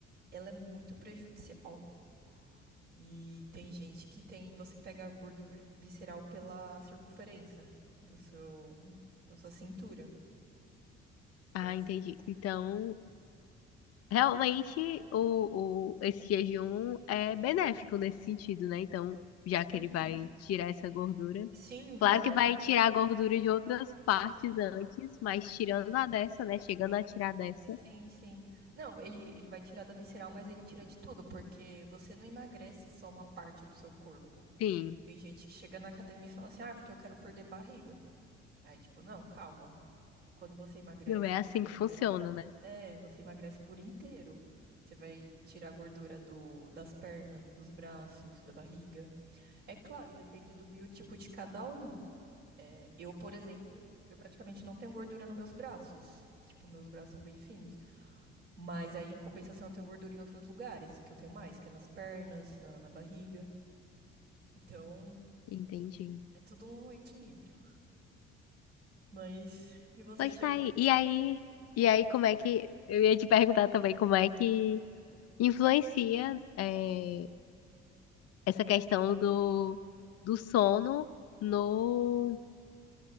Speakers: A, on the right; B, on the left.
A: ela é muito prejudicial. E tem gente que tem, você pega gordo vi- visceral pela circunferência do seu, da sua cintura.
B: Ah,
A: Então, assim.
B: entendi. Então, realmente, o, o, esse jejum é benéfico nesse sentido, né? Então, já
A: Sim.
B: que ele vai tirar essa gordura.
A: Sim, vários.
B: Claro que vai tirar a gordura de outras partes antes, mas tirando a dessa, né? Chegando a tirar dessa.
A: Sim, sim. Não, ele, ele vai tirar da visceral, mas ele tira de tudo, porque você não emagrece só uma parte do seu corpo.
B: Sim,
A: Tem gente que chega na academia e fala assim, ah, porque eu quero perder barriga. Aí, tipo, não, calma. Quando você emagrece,
B: meu, é
A: você
B: assim
A: emagrece.
B: que funciona, né?
A: É, você emagrece por inteiro. Você vai tirar a gordura do, das pernas, dos braços, da barriga. É claro, depende do biotipo de cada um. É, eu, por exemplo, eu praticamente não tenho gordura nos meus braços. Tipo, meus braços são bem finos. Mas aí, em compensação, eu tenho gordura em outros lugares, que eu tenho mais, que é nas pernas, na, na barriga. Então,
B: Entendi.
A: é é tudo um equilíbrio. Mas, e você
B: Pois
A: já.
B: tá aí. E aí, e aí como é que, eu ia te perguntar também como é que influencia eh, essa questão do, do sono no,